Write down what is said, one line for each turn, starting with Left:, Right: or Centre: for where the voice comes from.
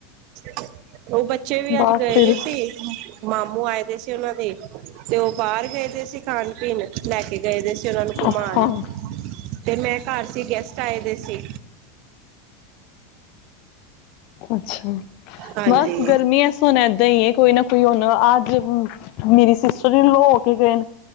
Right: <inaudible> ਉਹ ਬੱਚੇ ਵੀ
Left: ਬਸ
Right: ਅੱਜ ਗਏ
Left: ਫਿਰ
Right: ਦੇ ਸੀ ਮਾਮੂ ਆਏ ਪੇ ਸੀ ਉਹਨਾਂ ਦੇ ਤੇ ਉਹ ਬਾਹਰ ਗਏ ਤੇ ਸੀ ਖਾਣ ਫਿਰ ਲੈ ਕੇ ਗਏ ਦੇ ਸੀ ਉਹਨਾਂ ਨੂੰ ਘੁਮਣ
Left: ਅੱਛਾ
Right: ਤੇ ਮੈਂ ਘਰ ਸੀ ਗੈਸਟ- ਚਾਹੀਦੇ ਸੀ
Left: ਅੱਛਾ
Right: ਹਾਂਜੀ
Left: ਬਸ ਗਰਮੀਆਂ ਸੁ ਹੋਣ ਏਦਾਂ ਹੀ ਹੈ ਕੋਈ ਨਾ ਕੋਈ ਹੁਣ ਆਜ ਮੇਰੀ ਸਿਸਟਰ ਵੀ ਲੋ ਹੋ ਕੇ ਗਏ ਨ